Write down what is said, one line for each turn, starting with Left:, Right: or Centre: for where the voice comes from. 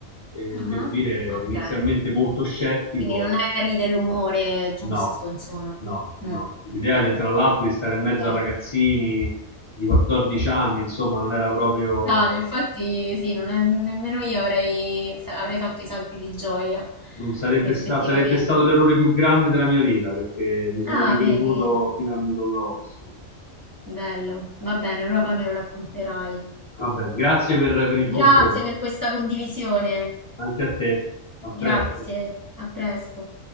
Left: E
Right: Ah.
Left: devo dire,
Right: Ok,
Left: inizialmente molto scettico,
Right: quindi non eri dell'umore giusto,
Left: no,
Right: insomma.
Left: no, no.
Right: Mm,
Left: L'idea, di- tra l'altro, di stare in mezzo
Right: ok.
Left: a ragazzini di 14 anni, insomma, non era proprio.
Right: No, infatti sì, non è- nemmeno io avrei, sa- avrei fatto i salti di gioia,
Left: Non sarebbe,
Right: effettivamente.
Left: sta- sarebbe stato l'errore più grande della mia vita perché mi sono
Right: Ah,
Left: ricreduto
Right: vedi,
Left: fino al midollo osseo.
Right: bello. Va bene, allora poi me lo racconterai.
Left: Va bene, grazie per, per il
Right: Grazie
Left: confronto.
Right: per questa condivisione.
Left: Anche a te. A
Right: Grazie,
Left: presto.
Right: a presto.